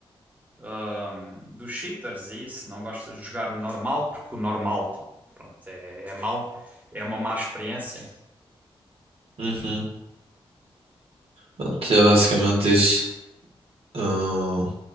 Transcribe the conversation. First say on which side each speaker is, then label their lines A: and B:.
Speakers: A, on the right; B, on the right.
A: ahm, dos cheaters e isso, não gosta de jogar o normal, porque o normal, tipo, pronto, é, é mau, é uma má experiência.
B: Uhum. Pronto, é basicamente isso. Não,